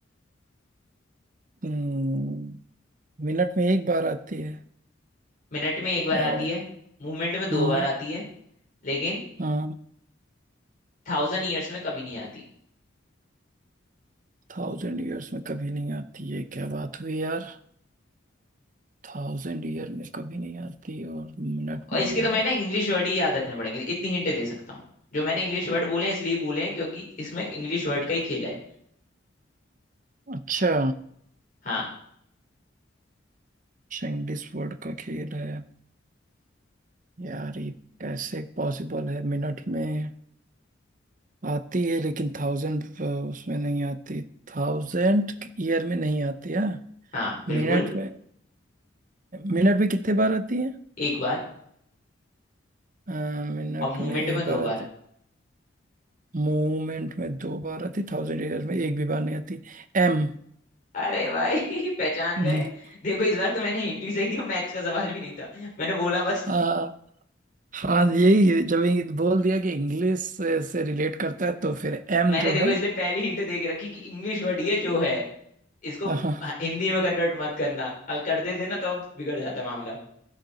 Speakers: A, on the right; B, on the left.
A: हम्म मिनट में एक बार आती है
B: मिनट में एक बार
A: और
B: आती है मूवमेंट में दो
A: हाँ
B: बार आती है लेकिन
A: हाँ
B: थाउजेंड ईयर्स में कभी नहीं आती
A: थाउजेंड ईयर्स में कभी नहीं आती है क्या बात हुई यार थाउजेंड ईयर में कभी नहीं आती और मिनट
B: और
A: में
B: इसके तो मैं ना इंग्लिश वर्ड ही याद रखने पड़ेंगे इतनी हिंट दे सकता हूँ जो मैंने इंग्लिश वर्ड बोले हैं इसलिए बोले हैं क्योंकि इसमें इंग्लिश वर्ड का ही खेल है
A: अच्छा
B: हाँ
A: अच्छा इंग्लिश वर्ड का खेल है यार ये कैसे पॉसिबल है मिनट में आती है लेकिन थाउजेंड उसमें नहीं आती थाउजेंड ईयर में नहीं आती है
B: हाँ बिल्कुल
A: मिनट में मिनट में कितने बार आती है
B: एक बार
A: अ, मिनट
B: और मूवमेंट
A: में एक
B: में दो
A: बार
B: बार
A: आती मूवमेंट में दो बार आती थाउजेंड ईयर्स में एक भी बार नहीं आती एम
B: अरे भाई <laughs> पहचान
A: <laughs>
B: गए देखो इस बार तो मैंने हिंट भी सही दी मैथ्स का सवाल भी नहीं था मैंने बोला बस
A: हाँ हाँ यही है, जब ये बोल दिया कि इंग्लिश से, से रिलेट करता है तो फिर एम
B: मैंने
A: जो
B: देखो
A: है
B: इसलिए पहली हिंट दे के रखी कि इंग्लिश वर्ड ये जो है इसको
A: हाँ
B: हाँ, हिंदी में कन्वर्ट मत करना अगर कर देते ना तो बिगड़ जाता मामला